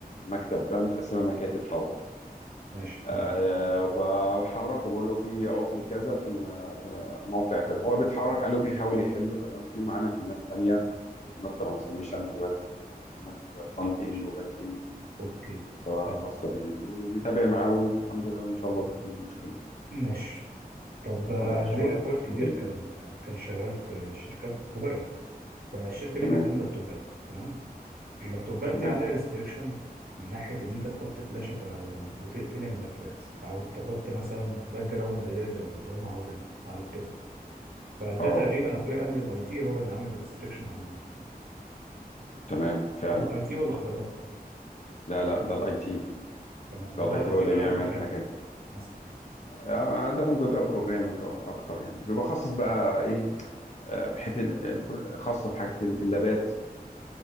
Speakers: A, on the left; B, on the right.
A: المكتب ده متقسمة مكاتب طبعا
B: ماشي تمام
A: آه، ب- بحركه بقول له في عطل كذا في الم... في موقع كذا هو بيتحرك عليه وبيحاول يحله تمام في معانا تيمات تانية تيمات ترانسميشن تيمات تيمات فرونت
B: ماشي
A: اند وباك اند
B: اوكي
A: سواء
B: حلو
A: خاصة بالريديو وبيتابع معاه الحمد لله وإن شاء الله بيحل المشكلة
B: ماشي طب
A: ده
B: آه،
A: طبيعة الشغل
B: انا ليا اخويا الكبير
A: جاهز
B: كان آه، كان شغال في شركه مبرمج فالشركه دي
A: تمام
B: بتدوم لابتوبات تمام اللابتوبات دي
A: تمام
B: عليها ريستريكشن من ناحيه ان انت تحط فلاشه ف- او وتقتل الملفات او تحط مثلا باك جراوند غير اللي هم عاوزينها على اللابتوب فده
A: اه
B: تقريبا اخويا قال لي الاي تي هو اللي عامل ريستريكشن على اللاب
A: تمام فعلا
B: ده الاي تي ولا حضرتك
A: لا لا ده الاي تي
B: تمام
A: ده
B: الله
A: الاي تي
B: الاي
A: هو
B: تي
A: اللي
B: ده
A: بيعمل
B: بروجرامنج
A: الحاجة دي
B: مثلا
A: آه، عادة بيبقى بروجرامنج اه اكتر يعني بيبقى خاص بقى ايه آه، بحته الانفر- خاصه بحاجه اللابات